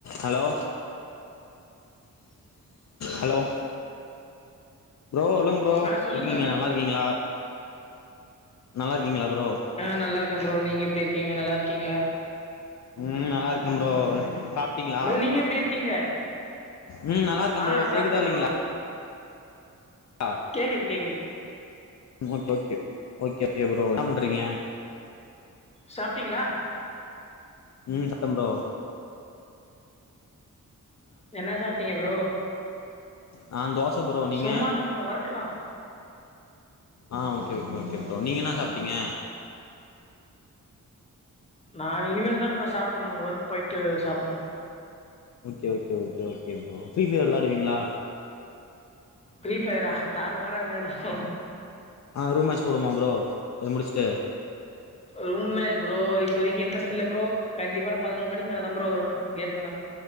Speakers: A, on the left (about 60°); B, on the left (about 20°).
A: hello hello bro ல்லுங்க bro
B: ஆ சொல்லுங்க
A: எப்டிங்க நல்லா இருக்கீங்ளா நல்லார்க்கீங்ளா ப்ரோ
B: ஆ நல்லார்க்கே ப்ரோ நீங்க எப்டி இருக்கீங்க நல்லார்க்கீங்ளா
A: ம் நல்லா இருக்கே ப்ரோ சாப் டிங்ளா
B: ப்ரோ நீங்க எப்டி இருக்கீங்க
A: ம் நல்லார்க்கே
B: ஆ
A: ப்ரோ
B: சாப்ட்டே
A: கேக்குதா இல்லேங்ளா
B: ப்ரோ
A: ஆ
B: கேக்குது கேக்குது
A: okay okay okay okay bro இன்ன பண்றீங்க
B: சாப்ட்டீங்ளா
A: ம் சப்ட்டே ப்ரோ
B: என்ன சாப்ட்டிங்க ப்ரோ
A: நா தோச ப்ரோ நீங்க
B: சும்மாதா ப்ரோ ஒர்க்கு தா
A: ஆ ஓகே ஒகே ஓகே ப்ரோ நீங்க என்ன சாப்ட்டீங்க
B: நா இனிமேல் தா ப்ரோ சாப்புண்ணு ஒர்க் போயிட்டு சாப்புணு
A: okay okay okay okay bro free fire வெள்ளாடுவீங்ளா
B: ஃபிரீ ஃபயர தாறுமார விளையாடுவோ
A: ஆ ரூம் மேச்சு போடுவோமா ப்ரோ இத முடிச்சுட்டு
B: ரூம் மேட்ச் ப்ரோ இப்பதைக்கு இன்ட்ரஸ்ட் இல்ல ப்ரோ கண்டிப்பா நா பதினோரு மணிக்கு மேல தா ப்ரோ வருவே கேமுக்குனா